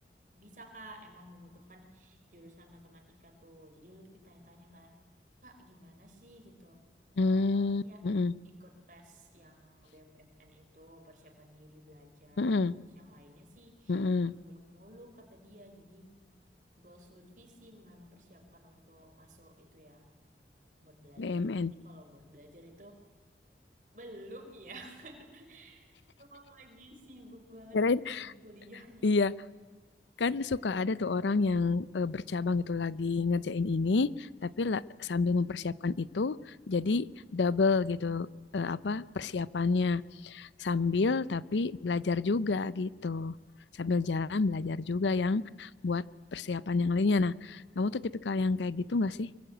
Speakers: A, on the right; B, on the left.
A: bisa, Kak, emang membutuhkan jurusan matematika tuh. Jadi Lutfi tanya-tanya kan, Kak, gimana sih gitu?
B: heeh,
A: Oh, paling ya
B: heeh,
A: ikut tes yang BUMN itu, persiapkan diri belajar.
B: heeh,
A: Terus yang lainnya sih
B: heeh,
A: muluk-muluk kata dia. Jadi Goals Lutfi sih mempersiapkan untuk masuk itu ya buat belajar.
B: BMN.
A: Tapi kalau buat belajar itu belum ya. <laughs> Emang lagi sibuk banget
B: Kirain,
A: di kuliah nih.
B: iya, kan suka ada tuh orang yang eh, bercabang gitu lagi ngerjain ini, tapi la- sambil mempersiapkan itu, jadi double gitu eh, apa persiapannya sambil tapi belajar juga gitu, sambil jalan belajar juga yang buat persiapan yang lainnya. Nah, kamu tuh tipikal yang kayak gitu nggak sih?